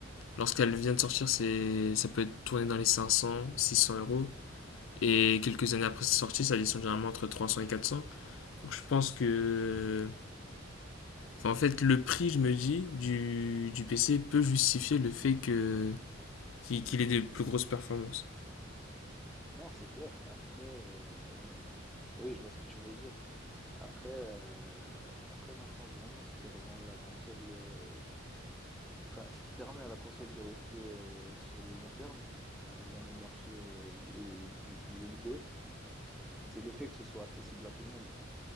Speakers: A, on the left; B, in the centre.
A: lorsqu'elle vient de sortir, c'est ça peut être tourné dans les 500, 600 euros. Et quelques années après sa sortie, ça descend généralement entre 300 et 400. Donc je pense que, enfin, en fait, le prix, je me dis, du, du PC peut justifier le fait que qu'il ait des plus grosses performances.
B: Non, c'est clair. Après, euh, oui, je vois ce que tu veux dire. Après, euh, après, moi, je pense vraiment ce qui rend la console, euh, enfin, ce qui permet à la console de rester euh, sur le long terme euh, dans le marché euh, du, du jeu vidéo, c'est le fait que ce soit accessible à tout le monde.